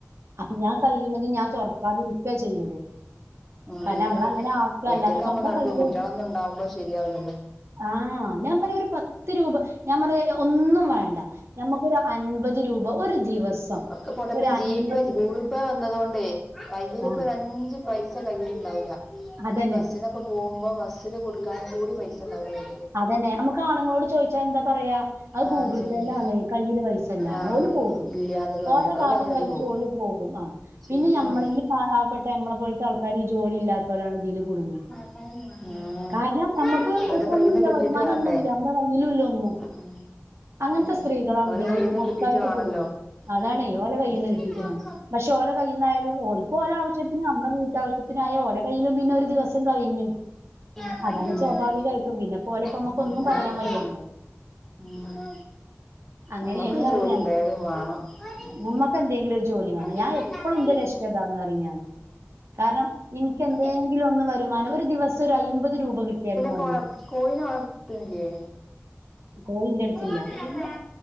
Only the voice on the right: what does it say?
അപ്പൊ ഞാൻ കഴിയത ഞാൻ തുറക്കാതിരിക്കയ ചെയ്യല്
കാരണം നമ്മള് അങ്ങനെ ആക്കുക
അല്ലാതെ ഇപ്പ
നമ്മളെ
കയ്യില്
ആഹ് ഞാൻ പറയാ ഒരു പത്ത് പത്ത് രൂപ ഞാൻ പറ ഒന്നും വേണ്ട ഞമുക്കൊരു അൻപത് രൂപ ഒരു ദിവസം
ഒരു അൻപത്
രൂ
ആഹ്
അതന്നെ
അതന്നെ നമു ആണുങ്ങളോട് ചോദിച്ചാ എന്താ പറയാത്
ഗൂഗിൾ
പേല്ലാണ് കയ്യിയില്ൽ പൈസല്ലാ
ഒരു
ഓല
കാര്ം
കഴിച്ച
ഓലും പോകും ആ
പിന്നെ നമ്മ ഈ നമ്മളെ പോലത്തെ ആൾക്കാർ ഈ ജോലി ഇല്ലാത്ത പോലാണ് ഇതിൽ കുടുങ്ങുന്നത്
കാരണം നമ്മുക്ക്
ഒരു ഒന്നുംല്ല
വരുമാനം
ഒന്നുമല്ല നമ്മടെ കയ്യിലും ഇല്ല ഒന്നും
അങ്ങനത്തെ
സ്ത്രീകളാണ്
ഇതില്
മൊത്തമായിട്ട്
അതാണ്
ല കയൽന്ന് കിട്ടീട്ട്
വണം പക്ഷേ ഓല കയൽുന്നായാലും ഓക്ക് ഓല ആവശ്യത്തിന് നമ്മ കിട്ടശ്യ ത്തിനായ ഓല കയ്യിലും പിന്നെ ഒരു ദിവസം കഴിഞ്ഞു
അതാണ് സ്വാഭാവികമായിട്ടുംന്നെ
എന്നെ പോലെപ്പോ നമ്മുക്ക
ഒന്നും പറയാൻ വയ്യല്ലോ
അങ്ങനെയാണ്
പറയ
നമ്മക്ക് എന്തെങ്കിലും ഒരു ജോലി വേണം
ഞാൻ എപ്പോഴും ഇന്റെ ലക്ഷ്യതാന്ന് അറിഞ്ഞാന് പറയും ഞാൻ കാരണം എനിക്ക് എന്തെങ്കിലും
ഒന്ന് വരുമാനം ഒരു ദിവസം ഒരു അമ്പത് രൂപ കിട്ടിയാലും മ
കോഴി എന്റെ അടുത്തില്ല